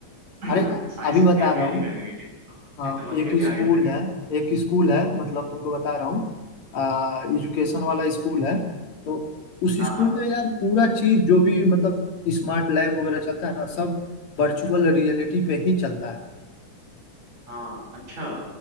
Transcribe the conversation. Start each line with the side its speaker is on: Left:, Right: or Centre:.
Right: <clears throat>
Left: अरे
Right: साइंस
Left: अभी
Right: कितने
Left: बता
Right: आगे
Left: रहा हूँ
Right: निकल गई है टेक्नोलॉजी
Left: हाँ
Right: टेक्नोलॉजी
Left: एक
Right: कितनी
Left: स्कूल
Right: आगे निकल
Left: है
Right: गई
Left: एक स्कूल है मतलब तुमको बता रहा हूँ आ एजुकेशन
Right: है
Left: वाला स्कूल है तो उस
Right: हाँ
Left: स्कूल
Right: हाँ
Left: में यार पूरा चीज जो भी मतलब स्मार्ट लैब वगैरह चलता है ना सब वर्चुअल रियलिटी पे ही चलता है
Right: हाँ अच्छा